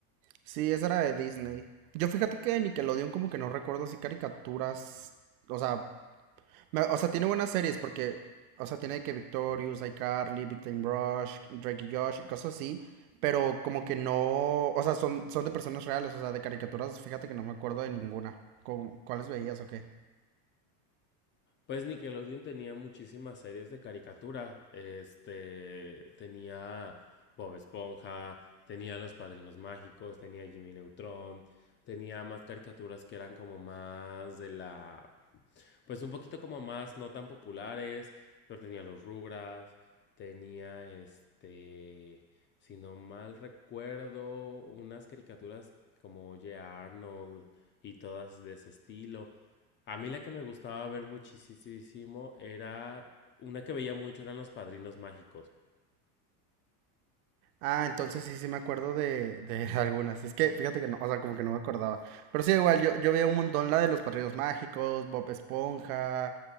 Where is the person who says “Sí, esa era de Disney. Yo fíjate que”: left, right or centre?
Right